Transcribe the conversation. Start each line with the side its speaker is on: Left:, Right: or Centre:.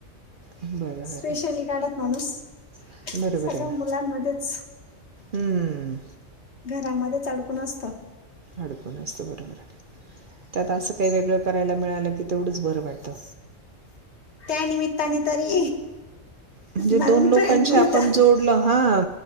Right: बरोबर
Left: स्पेशली
Right: आहे
Left: काढत माणूस
Right: ना.
Left: सगळ्या
Right: बरोबर आहे ना
Left: मुलांमध्येच
Right: हम्म.
Left: घर यामध्येच अडकून असतं.
Right: अडकून असत बरोबर त्यात असं काही वेगळं करायला मिळालं की तेवढंच बरं वाटत.
Left: त्यानिमित्तानी तरी
Right: म्हणजे
Left: नवीन
Right: दोन लोकांशी
Left: फ्रेंड मिळतात
Right: आपण जोडलं हा